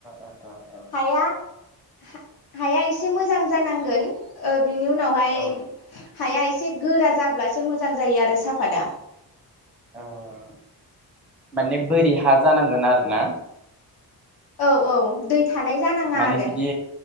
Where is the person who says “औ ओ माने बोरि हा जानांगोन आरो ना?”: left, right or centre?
Centre